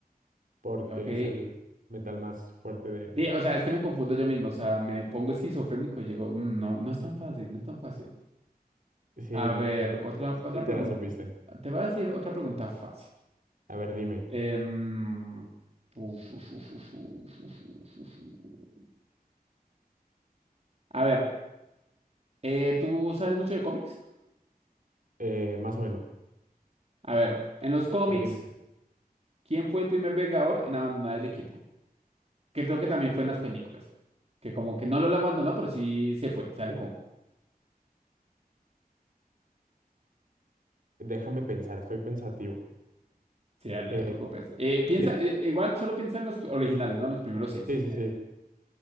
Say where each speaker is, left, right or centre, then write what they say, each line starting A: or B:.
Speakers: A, on the right; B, on the right.
A: porque
B: ok.
A: es el metal más fuerte de...
B: Sí, o sea, es que me confundo yo mismo, o sea, me pongo esquizofrénico y digo, "Mm, no, no es tan
A: <laughs>
B: fácil, no es tan fácil.
A: Sí,
B: A
A: no,
B: ver, otra,
A: es-
B: otra
A: sí,
B: pregunta,
A: ya la supiste.
B: te voy a decir otra pregunta fácil.
A: A ver, dime,
B: Em, uf, uf, uf, uf, uf, uf, uf, uf, uf. A ver, eh, ¿tú sabes mucho de cómics?
A: eh, más o menos.
B: A ver, en los cómics,
A: A ver, dímela.
B: ¿quién fue el primer Vengador en abandonar el equipo? Que creo que también fue en las películas. Que como que
A: Uy.
B: no lo abandonó, pero sí se fue, se alejó.
A: Déjame pensar, estoy pensativo.
B: Sí, dale,
A: Eh,
B: no te preocupes. Eh, piensa,
A: ¿tiene-
B: eh, igual solo piensa en los originales, ¿no? Los primeros seis.
A: Sí, sí, sí.